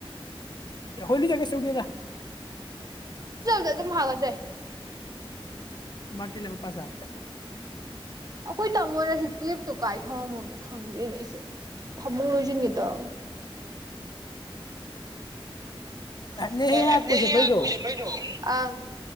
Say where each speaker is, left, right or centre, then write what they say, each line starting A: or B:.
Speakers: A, on the left; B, on the right.
A: ꯑꯩꯈꯣꯏ ꯂꯨꯖ ꯀꯩꯁꯨ ꯇꯧꯗꯦꯗ
B: ꯗ ꯑꯗꯨꯝ ꯃꯥꯒꯖ
A: ꯕꯥꯜꯇꯤꯟ ꯑꯃ ꯄꯥꯁ ꯂꯥꯛꯄꯗ
B: ꯣꯏ ꯇꯃꯣꯁꯤ ꯀꯦꯞꯇꯨ ꯀꯥꯏ ꯊꯝꯃꯝꯃꯣꯅꯣ ꯈꯪꯗꯦꯅꯦ ꯑꯩꯁꯦ ꯐꯃꯨꯡ ꯂꯣꯏꯁꯤꯟꯒꯦ ꯇꯧꯔꯒ <inaudible>
A: ꯅꯦ ꯍꯦꯍꯥꯛ
B: ꯅ
A: ꯀꯣꯏ
B: ꯑꯩꯍꯥꯛ
A: ꯆꯠꯄꯩꯗꯣ
B: ꯀꯨꯏꯁꯦ ꯀꯩꯗꯣ ꯑ